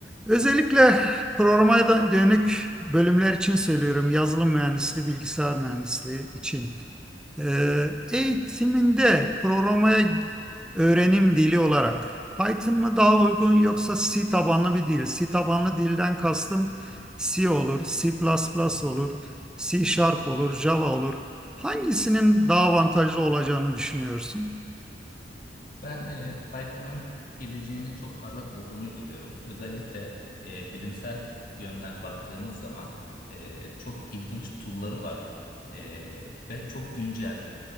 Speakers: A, in the centre; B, on the left (about 50°).
A: Özellikle programa da- dönük bölümler için söylüyorum. Yazılım mühendisliği, bilgisayar mühendisliği için. Ee, eğitiminde programaya öğrenim dili olarak Python mı daha uygun yoksa C tabanlı bir dil? C tabanlı dilden kastım C olur, C++ olur, C Sharp olur, Java olur. Hangisinin daha avantajlı olacağını düşünüyorsun?
B: Ben e, Python'ın geleceğinin çok parlak olduğunu görüyorum. Özellikle e, bilimsel yönden baktığımız zaman e, çok ilginç tool'ları var e, ve çok güncel.